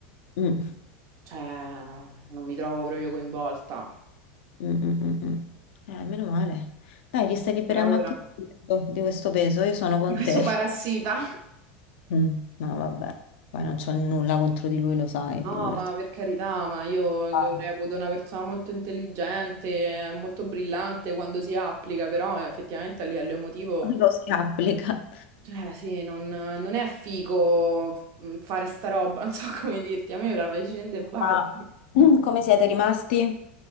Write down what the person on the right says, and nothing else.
cioè non mi trovo proprio coinvolta
per ora
di
questo
parassita.
No,
ma per carità, ma io lo
reputo una persona molto intelligente, eh, molto brillante quando si applica, però eh, effettivamente a livello emotivo,
cioè sì, non, non è figo mm, fare sta roba, <laughs> non so come dirti, a me me la fai scendere e basta.